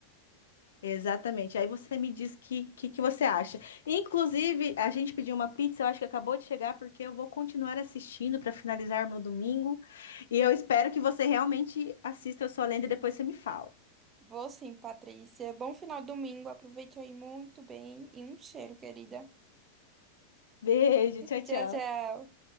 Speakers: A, on the left (about 60°); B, on the right (about 25°).
A: Exatamente. Aí você me diz que que, que você acha. Inclusive, a gente pediu uma pizza, eu acho que acabou de chegar, porque eu vou continuar assistindo para finalizar meu domingo. E eu espero que você realmente assista Eu Sou a Lenda e depois você me fala.
B: Vou sim, Patrícia. Bom final de domingo. Aproveite aí muito bem. E um cheiro, querida.
A: Beijo, tchau,
B: Tchau,
A: tchau.
B: tchau.